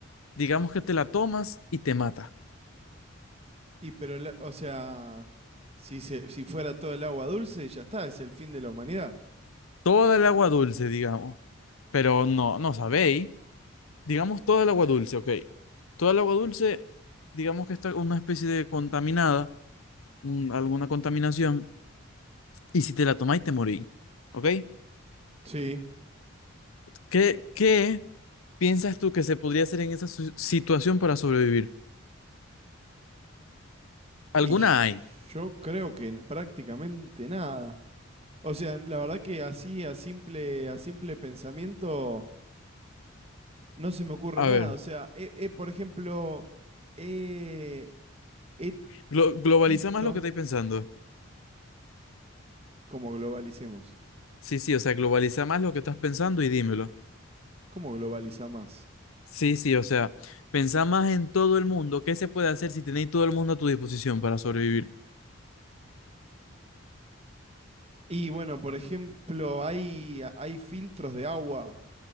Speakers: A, on the left; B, on the right.
A: digamos que te la tomas y te mata.
B: Y pero, el a- o sea, si, se- si fuera todo el agua dulce, ya está, es el fin de la humanidad.
A: Toda el agua dulce, digamos, pero no, no sabéis. Digamos toda el agua dulce, ok. Toda el agua dulce, digamos que está una especie de contaminada, un- alguna contaminación, y si te la tomáis te morís, ok.
B: Sí.
A: ¿Qué, qué piensas tú que se podría hacer en esa su- situación para sobrevivir? ¿Alguna
B: Y
A: hay?
B: yo creo que n- prácticamente nada. O sea, la verdad que así a simple, a simple pensamiento no se me ocurre
A: A
B: nada.
A: ver.
B: O sea, he- he, por ejemplo, he, he
A: Glo- globaliza
B: visto,
A: más lo que estáis pensando.
B: como globalicemos,
A: Sí, sí, o sea, globaliza más lo que estás pensando y dímelo.
B: ¿Cómo globaliza más?
A: Sí, sí, o sea, pensá más en todo el mundo. ¿Qué se puede hacer si tenéis todo el mundo a tu disposición para sobrevivir?
B: Y bueno, por ejemplo, hay, hay filtros de agua